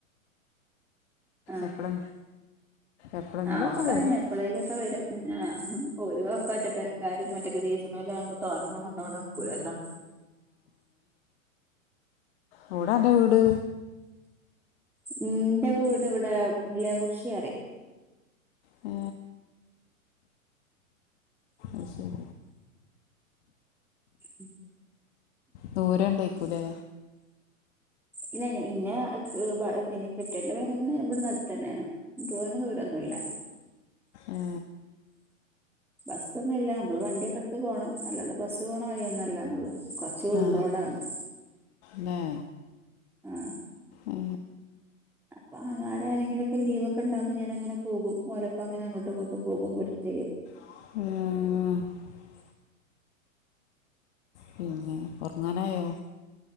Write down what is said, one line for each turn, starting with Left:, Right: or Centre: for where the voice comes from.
Centre: ആഹ
Left: എപ്പളെ എപ്പളെങ്കിലൊക്കെ
Centre: ആ ഒക്കെ
Left: വരും
Centre: എപ്പഴേലൊക്കെ വരും ഒരുക്കെ ഒറ്റപ്പരക്കാരും മറ്റൊക്കെ ജീസണല ആകുമ്പോ തോനൊന്നും വന്നോടെ നടക്കൂലല്ലോ
Left: വീടാന്റെ വീട്
Centre: എന്റെ വീട് ഇവിടെ മുള്ളിയ കുറിശിറി
Left: ഓ അ ശരി
Centre: ഉ
Left: ദൂര ഉണ്ടായിക്കൂലേ
Centre: ഇല്ല ഇന്നെ <unintelligible> പിന്നെ കെട്ടിയോന്റെ പേര ഇവിടുന്ന് നടത്ത് തന്നെയാണ് തോനാ ദൂരോന്നുല്ല
Left: ഏ
Centre: ബസ്സോന്നും ഇല്ല നമ്മള് വണ്ടിയൊക്കെ എടുത്ത് പോകണം അല്ലാതെ ബസ്സ് പോകണം വഴിയൊന്നല്ലാന്നള്ളു കൊറച്ച് ഉൾറോഡാണ്
Left: ആ ല്ലേ
Centre: ആ
Left: ഏ
Centre: അപ്പോ ആങ്ങളര് ആരെങ്കിലോക്കെ ലീവോക്കെണ്ടാകുമോ ഞാൻ അങ്ങനെ പോകും ഓലപ്പ അങ്ങനെ അങ്ങോട്ടും ഇങ്ങോട്ടും പോകും വരും ചെയ്യും
Left: ഏ പിന്നെ ഒറങ്ങാനായോ